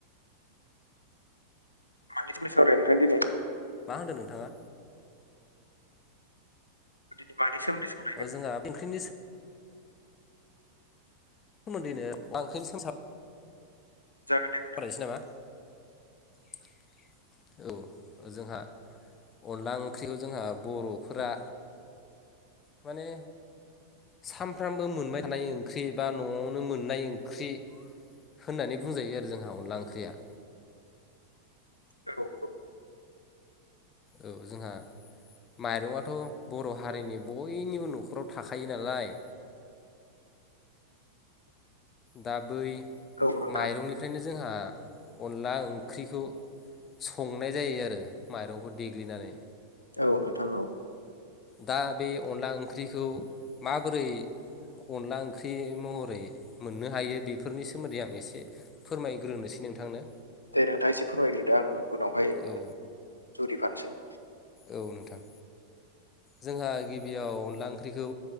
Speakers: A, on the left; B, on the left.
A: मानि सोमोन्दै सावरायगोन नोंथां दिनै?
B: मा होनदों नोंथाङा?
A: दिनै मानै सोमोन्दै साव
B: औ जोंहा बेंख्रिनि सोमोन्दैनो <unintelligible>
A: जागोन
B: रायनोसै नामा? <inaudible> औ जोंहा अनला ओंख्रिखौ जोंहा बर'फोरा माने सानफ्रामबो मोनबाय थानाय ओंख्रि बबा न'आवनो मोननाय ओंख्रि होननानै बुंजायो आरो जोंहा अनला ओंख्रिया
A: औ औ
B: औ जोंहा माइरङाथ' बर' हारिनि बयनिबो न'खराव थाखायो नालाय दा बै
A: औ नोंथां
B: माइरंनिफ्रायनो जोंहा अनला ओंख्रिखौ संनाय जायो आरो माइरंखौ देग्लिनानै
A: औ नोंथां औ।
B: दा बे अनला ओंख्रिखौ माबोरै अनला ओंख्रि महरै मोननो हायो बेफोरनि सोमोन्दै आं एसे फोरमायग्रोनोसै नोंथांनो
A: दे नोंथां एसे फोरमायग्रोदो आङो उनावहाय
B: औ
A: जुरि फानोसै।
B: औ नोंथां जोंहा गिबियाव अनला ओंख्रिखौ